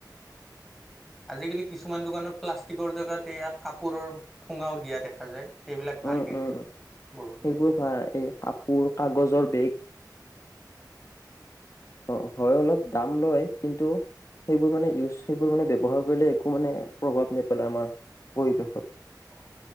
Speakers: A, in the centre; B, on the left.
A: আজিকালি কিছুমান দোকানত প্লাষ্টিক জেগাত ইয়াক কাপোৰৰ ঠোঙাও দিয়া দেখা যায়। সেইবিলাক ভাল
B: উম
A: কিন্তু
B: উম সেইবোৰ
A: বহুখিনি
B: ভ এই কাপোৰ কাগজৰ বেগ অ হয় অলপ দাম লয় কিন্তু সেইবোৰ মানে ইউজ সেইবোৰ মানে ব্যৱহাৰ কৰিলে একো মানে প্ৰভাৱ নেপেলাই আমাৰ পৰিৱেশত।
A: অ